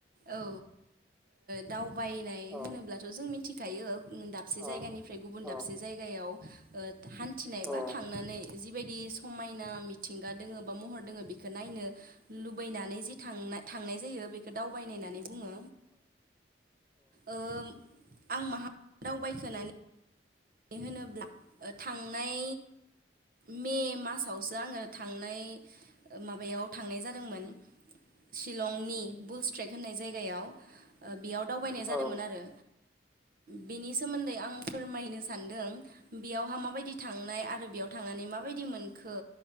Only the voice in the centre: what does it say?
अ
अ
औ
औ
औ
औ